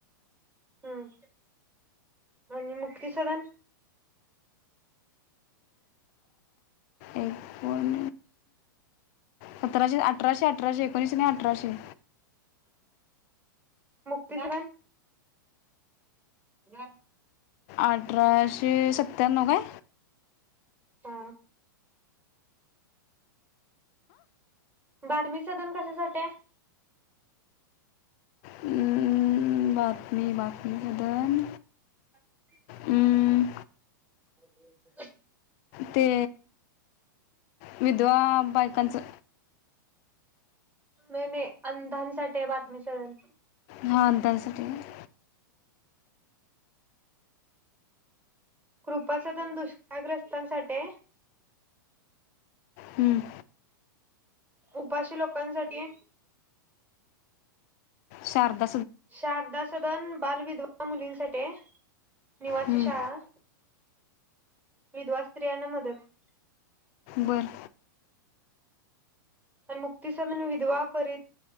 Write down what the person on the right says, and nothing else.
हम्म आणि मुक्ती सदन?
मुक्तीतरण ह <inaudible>
हा बातमी सधन कशासाठी?
हम्
<inaudible>
नाही नाही अंधांसाठीय बातमी सधण
कृपाासदन दुष्काळग्रस्तांसाठीय
उपाशी लोकांसाठी
शारदा सद न बालविधवा मुलींसाठीय निवासी
शाळा विधवा स्त्रीयांना मदत
मुक्तीसधन विधवा परित